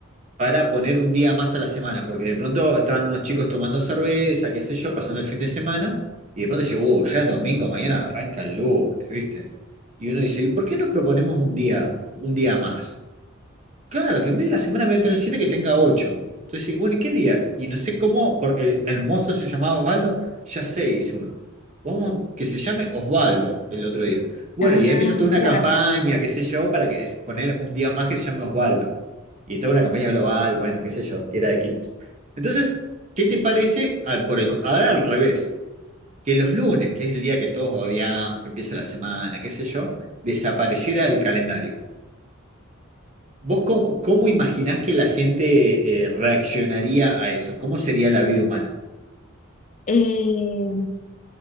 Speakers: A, on the right; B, on the left.
A: para poner un día más a la semana, porque de pronto estaban unos chicos tomando cerveza, qué sé yo, pasando el fin de semana, y de pronto dice, oh, ya es domingo, mañana arranca el lunes, ¿viste? Y uno dice, ¿y por qué no proponemos un día, un día más? Claro, que en vez de la semana voy a tener siete, que tenga ocho. Entonces, bueno, ¿y qué día? Y no sé cómo, por- el, el mozo se llamaba Osvaldo, ya sé, hizo uno. Vamos, que se llame Osvaldo el otro día. Bueno,
B: Ah,
A: y ahí empieza toda una
B: claro.
A: campaña, qué sé yo, para que poner un día más que se llame Osvaldo. Y toda una campaña global, bueno, qué sé yo, que era de quienes Entonces, ¿qué te parece? al- por el co- ahora al revés, que los lunes, que es el día que todos odiamos, que empieza la semana, qué sé yo, desapareciera el calendario. ¿Vos cómo, cómo imaginás que la gente eh, reaccionaría a eso? ¿Cómo sería la vida humana? <laughs>
B: Eh,